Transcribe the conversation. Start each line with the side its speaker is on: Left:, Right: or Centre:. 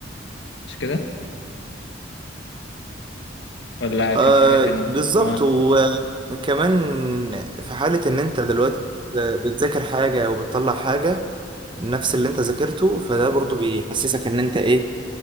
Left: مش كده ولا
Right: آه
Left: كان في حاجة تانية
Right: بالظبط
Left: اه
Right: وكمان في حالة ان انت دلوقتي بتذاكر حاجة وبتطلع حاجة نفس اللي انت ذاكرته فده برضو بيحسسك ان انت ايه